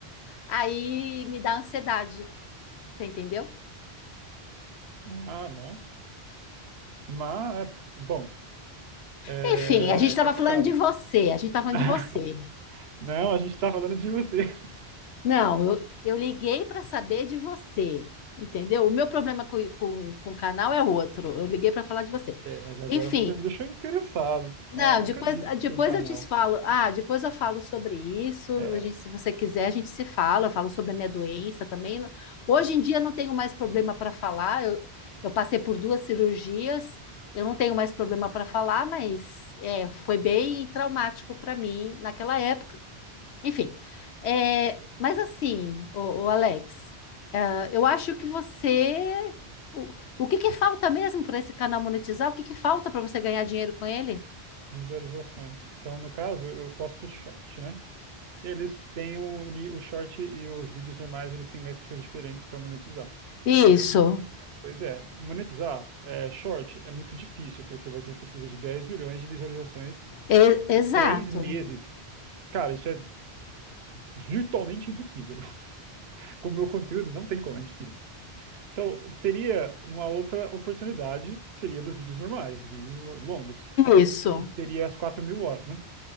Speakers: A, on the left; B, on the right.
A: aí me dá ansiedade. Você entendeu?
B: Não. Ah, nossa. Mas, bom, é
A: Enfim, a gente estava
B: complicado.
A: falando de você, a gente estava
B: <laughs>
A: falando de você.
B: Não, a gente tá falando de você.
A: Não, eu, eu liguei para saber de você, entendeu? O meu problema com, com, com o canal é outro. Eu liguei para falar de você.
B: É, mas agora
A: Enfim,
B: você me deixou interessado.
A: Não,
B: Ah, não
A: depois,
B: acredito que você
A: depois
B: tem um canal.
A: eu te falo. Ah, depois eu falo sobre isso.
B: É,
A: A gente, se você quiser, a gente se fala. Eu falo sobre a minha doença também. Hoje em dia eu não tenho mais problema para falar. Eu, eu passei por duas cirurgias. Eu não tenho mais problema para falar, mas é, foi bem traumático para mim naquela época. Enfim, é, mas assim, o, Alex, ah, eu acho que você. O, o que que falta mesmo para esse canal monetizar? O que que falta para você ganhar dinheiro com ele?
B: visualizações. Então, no caso, eu posto short, né? Eles têm o, ni- o short e os vídeos normais, eles têm métricas diferentes para monetizar.
A: Isso,
B: Pois é, monetizar é, short é muito difícil, porque você precisa de 10 milhões de visualizações
A: e- exato.
B: em 3 meses. Cara, isso é virtualmente impossível. <laughs> Com o meu conteúdo, não tem como, é impossível. Então, teria uma outra oportunidade, que seria dos vídeos normais, vídeos lo- longos,
A: Isso.
B: que seria as quatro mil horas, né?